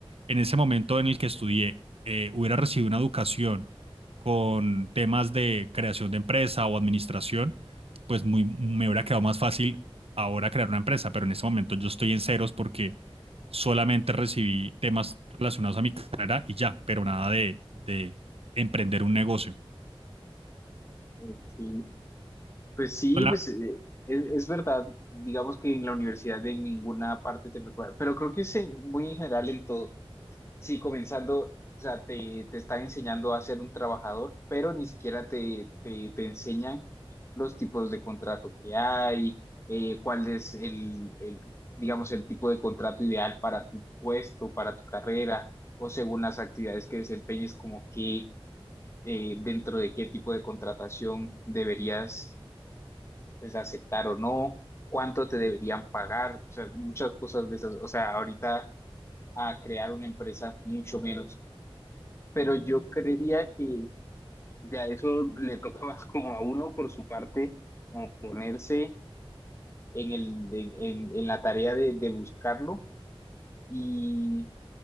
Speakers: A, on the right (about 85°); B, on the left (about 25°).
A: en ese momento en el que estudié, eh, hubiera recibido una educación con temas de creación de empresa o administración, pues muy, me hubiera quedado más fácil ahora crear una empresa, pero en ese momento yo estoy en ceros porque solamente recibí temas relacionados a mi carrera y ya, pero nada de, de, emprender un negocio.
B: Ok. Pues sí,
A: Con
B: pues,
A: la-
B: eh, es, es verdad, digamos que en la universidad de ninguna parte te prepara, pero creo que es en- muy en general en todo. Sí, comenzando, o sea, te, te están enseñando a ser un trabajador, pero ni siquiera te, te, te enseñan los tipos de contrato que hay, eh, cuál es el, el, digamos, el tipo de contrato ideal para tu puesto, para tu carrera, o según las actividades que desempeñes, como que eh, dentro de qué tipo de contratación deberías pues aceptar o no, cuánto te deberían pagar, o sea, muchas cosas de esas. O sea, ahorita a crear una empresa, mucho menos. Pero yo creería que ya eso le toca más como a uno por su parte, como ponerse en el, en, en- en la tarea de, de buscarlo. Y